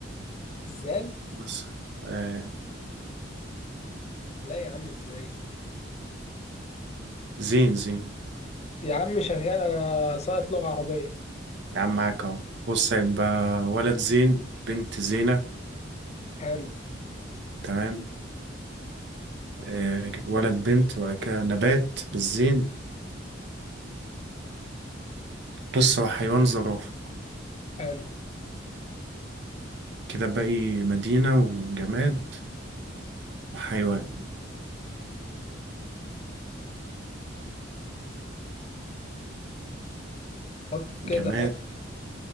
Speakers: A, on the left (about 35°); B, on the right (about 65°).
A: زال
B: بص آه
A: لا يا عم ازاي
B: زين زين
A: يا عم شغال انا ساقط لغة عربية
B: يا عم معاك اهو بص هيبقى ولد زين بنت زينة
A: حلو
B: تمام آه ولد بنت وبعد كده نبات بالزين بص هو حيوان زرافة
A: حلو
B: كده باقي مدينة وجماد وحيوان
A: فكر
B: جماد
A: كده فكر